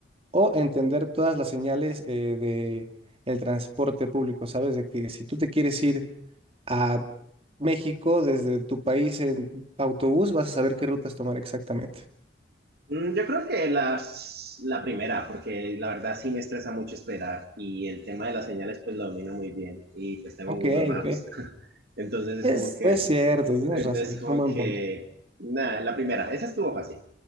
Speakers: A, on the right (about 30°); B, on the right (about 60°).
A: O entender todas las señales eh, de el transporte público, ¿sabes? De que si tú te quieres ir a México desde tu país en autobús, vas a saber qué rutas tomar exactamente.
B: Mm, Yo creo que las, la primera, porque la verdad sí me estresa mucho esperar y el tema de las señales pues lo domino muy bien y pues tengo
A: Ok,
B: Google Maps,
A: ok.
B: <laughs> entonces
A: Es,
B: es como que,
A: es cierto, tienes
B: entonces
A: razón, es
B: como
A: un buen
B: que,
A: punto.
B: nada, la primera, esa estuvo fácil.